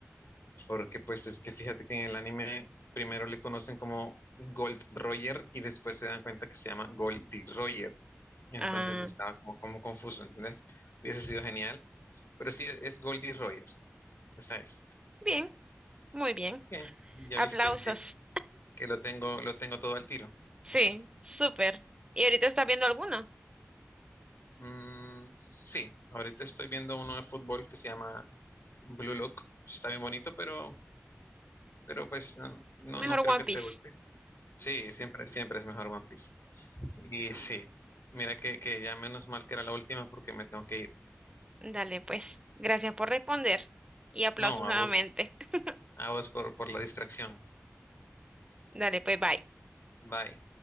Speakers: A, on the left (about 60°); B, on the right (about 20°).
A: Porque pues es que fíjate que en el anime primero le conocen como Gold Roger y después se dan cuenta que se llama Goldie Roger. Y
B: Ah,
A: entonces estaba como, como confuso, ¿entendés? Hubiese sido genial. Pero sí, es Goldie Roger. Esa es.
B: bien, muy bien.
A: Bien. Ya
B: Aplausos.
A: viste que, que lo tengo, lo tengo todo al tiro.
B: Sí, súper. ¿Y ahorita estás viendo alguno?
A: Mm, sí, ahorita estoy viendo uno de fútbol que se llama Blue Lock. Está bien bonito, pero, pero pues no, no
B: Mejor
A: no creo
B: One
A: que
B: Piece.
A: te guste. Sí, siempre, siempre es mejor One Piece. Y
B: Mm,
A: sí, mira que, que ya menos mal que era la última porque me tengo que ir.
B: Dale, pues. Gracias por responder. Y aplausos
A: No,
B: nuevamente.
A: a vos,
B: <laughs>
A: a vos por, por la distracción.
B: Dale, pues, bye.
A: Bye.